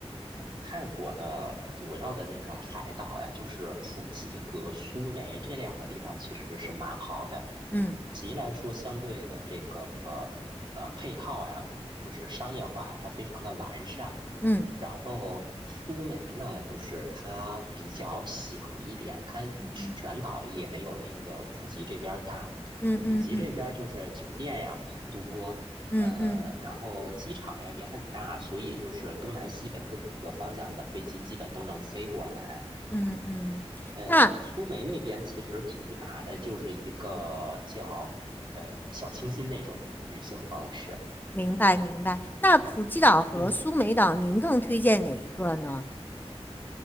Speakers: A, on the right; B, on the left.
A: 嗯，泰国的主要的那个海岛呀，就是普吉和苏梅这两个地方，其实是蛮好的。
B: 嗯
A: 普吉来说，相对的这个呃呃配套呀，就是商业化呀，它非常的完善。
B: 嗯
A: 然后苏梅呢，就是它比较小一点，它全岛也没有那个普吉这边儿大。
B: 嗯嗯嗯嗯
A: 普吉这边儿就是酒店呀很多，
B: 嗯嗯嗯嗯，
A: 呃，然后机场呀也很大，所以就是东南西北各个方向的飞机基本都能飞过来。
B: 嗯嗯嗯那
A: 呃，苏梅那边其实主打的就是一个叫呃小清新那种的旅行方式。
B: 明白明白。那普吉岛和苏梅岛，
A: 嗯。
B: 您更推荐哪一个呢？